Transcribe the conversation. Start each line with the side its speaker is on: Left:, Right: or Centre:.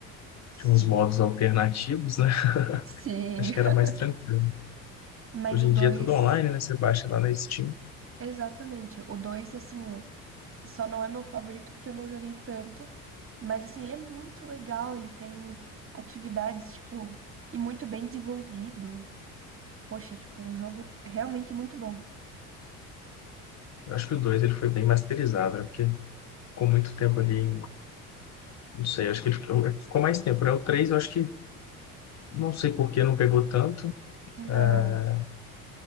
Right: Sim,
Left: de uns modos alternativos, né? <laughs>
Right: sim.
Left: Acho que
Right: <laughs>
Left: era mais tranquilo.
Right: Mas
Left: Hoje
Right: o dois
Left: em dia é tudo online, né? Você baixa lá na Steam.
Right: Exatamente. O 2 assim, só não é meu favorito porque eu não joguei tanto. Mas, assim, ele é muito legal. Ele tem atividades, tipo, e muito bem desenvolvido. Poxa, tipo, um jogo realmente muito bom.
Left: Eu acho que o 2 ele foi bem masterizado, né? Porque ficou muito tempo ali, em- não sei, acho que ele ficou, ficou mais tempo, né? O 3, eu acho que, não sei por que não pegou tanto.
Right: Não.
Left: É,